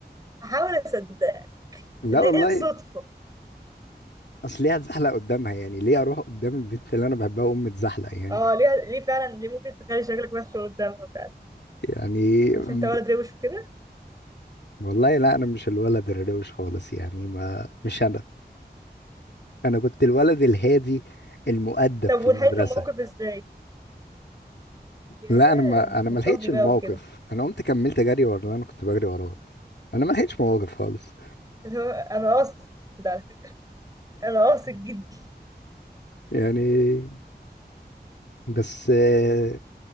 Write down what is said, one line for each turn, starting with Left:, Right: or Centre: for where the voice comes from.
Right: هحاول اصدق
Left: لا
Right: ان
Left: والله
Right: هي الصدفة
Left: اصل ليه هتزحلق قدامها يعني ليه اروح قدام البنت اللي انا بحبها واقوم متزحلق يعني
Right: اه ليه ليه فعلا ليه ممكن تخلي شكلك وحش قدامها فعلا
Left: يعني
Right: عشان
Left: م-
Right: انت ولد روش وكده
Left: والله لا انا مش الولد الروش خالص يعني ما مش انا انا كنت الولد الهادي المؤدب
Right: طب
Left: في
Right: ولحقت
Left: المدرسة
Right: الموقف ازاي ياه
Left: لا انا ما انا
Right: متربي
Left: ما لحقتش الموقف
Right: بقى وكده
Left: انا قمت كملت جري ورا اللي انا كنت بجري وراه انا ما لحقتش مواقف خالص
Right: اللي هو انا قاصد على فكره انا قاصد جدا
Left: يعني بس آه،